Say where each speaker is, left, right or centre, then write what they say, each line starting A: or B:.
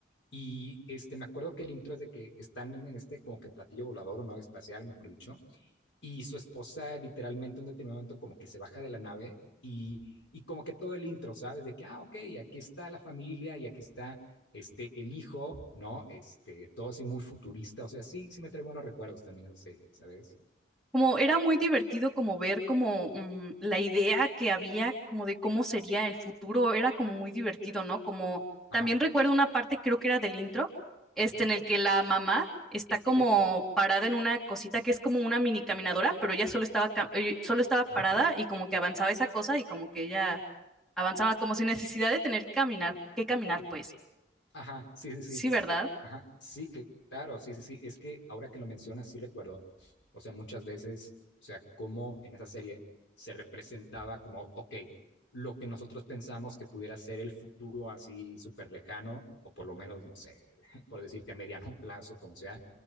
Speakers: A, on the left; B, in the centre.
A: Y este, me acuerdo que el intro es de que están en este como que platillo volador o nave espacial, mejor dicho, y su esposa literalmente en un determinado momento como que se baja de la nave y, y como que todo el intro, ¿sabes? De que, ah, ok, aquí está la familia y aquí está este, el hijo, ¿no? Este, todo así muy futurista, o sea, sí, sí me trae buenos recuerdos también esa serie, ¿sabes?
B: Como era muy divertido como ver como mm, la idea que había como de cómo sería el futuro, era como muy divertido, ¿no? Como
A: Ajá,
B: también recuerdo una parte, creo que era del intro, este
A: ajá,
B: en el que la mamá está como
A: sí.
B: parada en una cosita que es como una mini caminadora, pero ella solo estaba cam- eh, solo estaba parada
A: ujú.
B: y como que avanzaba esa cosa y como que ella avanzaba como sin necesidad de tener que caminar, que caminar pues.
A: Ajá, sí, sí, sí.
B: Sí, ¿verdad?
A: Ajá, sí, cl- claro, sí, sí, sí. Es que ahora que lo mencionas, sí recuerdo. O sea, muchas veces, o sea, cómo en esa serie se representaba como, ok, lo que nosotros pensamos que pudiera ser el futuro así súper lejano, o por lo menos, no sé, <laughs> por decirte a mediano <laughs> plazo, como sea.